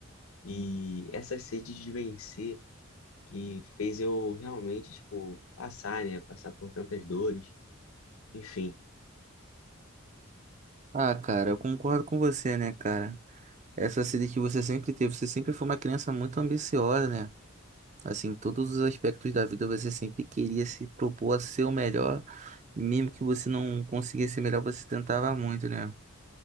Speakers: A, on the left; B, on the right.
A: E essa sede de vencer que fez eu realmente, tipo, passar, né? Passar por tantas dores, enfim.
B: Ah, cara, eu concordo com você, né, cara? Essa sede que você sempre teve, você sempre foi uma criança muito ambiciosa, né? Assim, em todos os aspectos da vida você sempre queria se propor a ser o melhor, e mesmo que você não conseguisse ser melhor, você tentava muito, né?